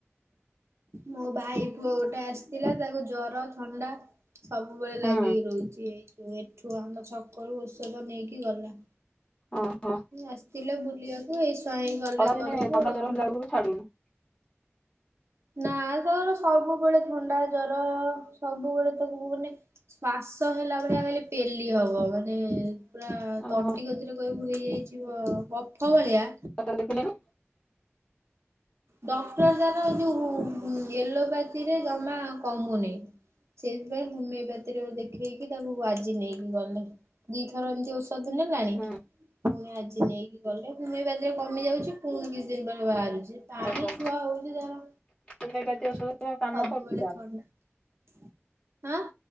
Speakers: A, on the right; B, on the left.
A: ମୋ ଭାଇ ପୁଅ ଗୋଟେ ଆସିଥିଲା ତାକୁ ଜର ଥଣ୍ଡା। ସବୁବେଳେ
B: ହୁଁ
A: ଲାଗିକି ରହୁଛି ଏଇଠୁ ଏଠୁ ଆମ ଛକରୁ ଔଷଧ ନେଇକି ଗଲା।
B: ଓହୋ
A: ଆସିଥିଲେ ବୁଲିଆକୁ ଏଇସ୍ୱା ଏଇ ଗଲେ
B: ଖରାଦିନେ
A: ଘରୁକୁ
B: ଥଣ୍ଡା
A: ଆଉ।
B: <unintelligible>
A: ନା ତାର ସବୁବେଳେ ଥଣ୍ଡା ଜର ସବୁବେଳେ ତାକୁ ମାନେ। ଶ୍ଵାସ ହେଲା ଭଳିଆ ଖାଲି ପେଲି ହବ। ଏକା। ମାନେ ପୁରା
B: ଓହୋ
A: ତଣ୍ଟି କତିରେ କହିବୁ ହେଇଯାଇଛି ବ କପ ଭଳିଆ।
B: ପତ୍ର ଦେଖିଲେଣୀ।
A: ଡକ୍ଟର ତାର ଯୋଉ ଏଲୋପାଥିରେ ଜମା କମୁନାଇ। ସେଇଥିପାଇଁ ହୋମିଓପାଥିରେ ଦେଖେଇକି ତାକୁ ଆଜି ନେଇକି ଗଲେ ଦିଥର ଏମିତି ଓଷ। ସଦିନେଲାଣି।
B: ହୁଁ
A: ପୁଣି ଆଜି ନେଇକି ଗଲେ ହୋମେଇପାତିରେ କମିଯାଉଚି ପୁଣି କିଛି ଦିନ ପରେ ବାହାରୁଛି। ପାଣି
B: ଓହୋ
A: ଛୁଆ ହଉଛି ଯାର
B: ହୋମିଓପାଥି ଔଷଧ
A: ସବୁବେଳେ
B: କାମ କରୁଛି ତାହେଲେ
A: ଥଣ୍ଡା। ହାଁ।